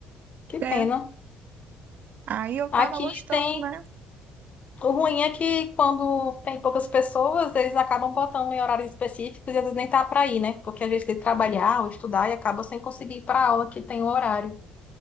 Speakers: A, on the left (about 45°); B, on the right (about 55°).
A: que
B: É,
A: pena.
B: aí eu
A: Aqui
B: tava gostando,
A: tem.
B: né?
A: O ruim é que quando tem poucas pessoas, eles acabam botando em horários específicos e às vezes nem tá pra ir, né? Porque a gente tem que trabalhar ou estudar e acaba sem conseguir ir pra aula que tem o horário.